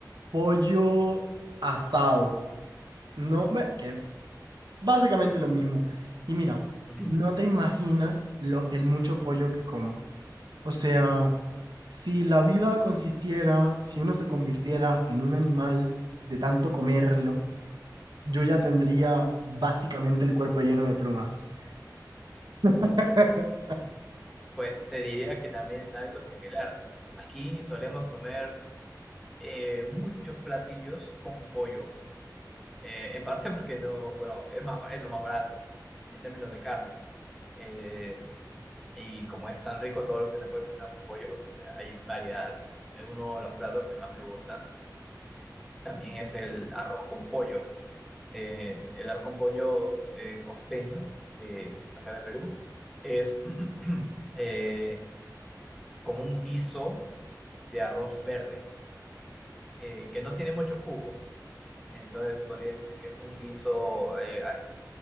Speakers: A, on the right; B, in the centre.
A: pollo asado, ¿no? Ve, Que es básicamente lo mismo. Y mira,
B: Ujú.
A: no
B: <clears throat>
A: te imaginas
B: Ya.
A: lo, el mucho pollo que como. O sea, si la vida consistiera, si uno se convirtiera en un animal de tanto comerlo, yo ya tendría básicamente el cuerpo lleno de plumas. <laughs>
B: Pues te diría que también algo similar. Aquí solemos comer eh, muchos platillos con pollo. Eh, en parte <laughs> porque no, bueno, es más, es lo más barato en términos de carne. Eh, y como es tan rico todo lo que se puede cocinar con pollo, eh, hay variedad. Eh, Uno de los platos que más me gustan también es el arroz con pollo. eh, el arroz con pollo eh, costeño de acá de Perú es <clears throat> eh, como un guiso de arroz verde, eh, que no tiene mucho jugo. Entonces podría decirse que es un guiso eh, algo